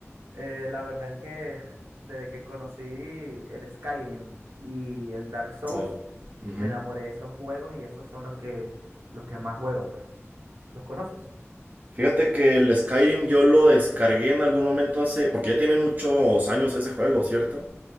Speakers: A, on the right; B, on the right.
A: eh, la verdad es que <laughs> desde que conocí el Skyrim y el Dark Souls,
B: Oh, ujú.
A: me enamoré de esos juegos y esos son los que, los que más juego, pues. ¿Los conoces?
B: Fíjate que el Skyrim yo lo descargué en algún momento hace, porque ya tiene muchos años ese juego, ¿cierto?